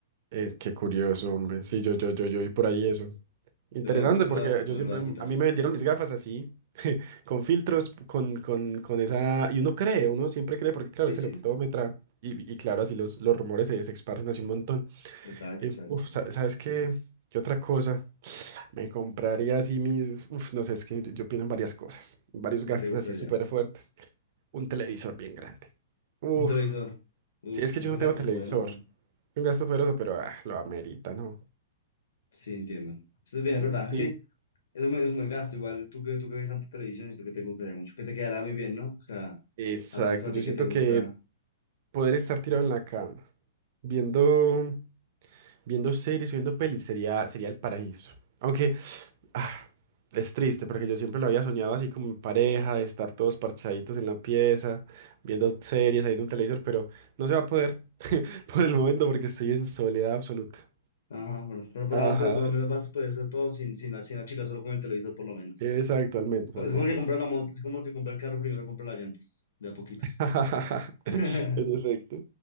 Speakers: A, on the right; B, on the left.
A: Eh, qué curioso, hombre. Sí, yo, yo, yo, yo, y por ahí eso. Interesante
B: Yo me, lo- yo me
A: porque
B: lo me
A: yo siempre,
B: lo voy a quitar.
A: a mí me vendieron mis gafas así, con filtros, con, con, con esa, y uno cree, uno siempre cree, porque claro,
B: Sí,
A: es
B: sí,
A: el optómetra, y, y claro, así los, los rumores se, se esparcen así un montón.
B: exacto,
A: Eh,
B: exacto.
A: uf, sa- ¿sabes qué? ¿Qué otra cosa? Me compraría así mis, uf, no sé, es que yo, yo pienso en varias cosas, varios
B: ¿Qué
A: gastos
B: te gustaría?
A: así súper fuertes. un televisor bien grande. Uf,
B: Un televisor. Uf,
A: sí, es que
B: es
A: yo no
B: un
A: tengo
B: gasto
A: televisor.
B: poderoso.
A: Un gasto poderoso, pero ah, lo amerita, ¿no?
B: Sí, entiendo. Entonces, bien,
A: Mm,
B: es verdad,
A: Sí,
B: es que es un, es un buen gasto. Igual tú que, tú que ves tanta televisión y tú que te gustaría mucho, que te quedará muy bien, ¿no? O sea,
A: exacto.
B: apenas para
A: Yo
B: ti
A: siento
B: que te gusta.
A: que poder estar tirado en la cama, viendo, viendo series, viendo pelis, sería, sería el paraíso. Aunque <sniffs> ah, es triste, porque yo siempre lo había soñado así como en pareja, de estar todos parchaditos en la pieza, viendo series, ahí en un televisor, pero no se va a poder <laughs> por el momento porque estoy en soledad absoluta.
B: Ajá, bueno, pero por,
A: Ajá,
B: ah, pero por lo menos vas a poder hacer todo sin, sin, la, sin la chica, solo con el televisor por lo menos.
A: exacto, al menos,
B: Pues
A: al
B: Es
A: menos.
B: como que comprar la moto, es como que comprar el carro primero, comprar las llantas, de a poquitos.
A: <laughs>
B: <laughs>
A: En efecto.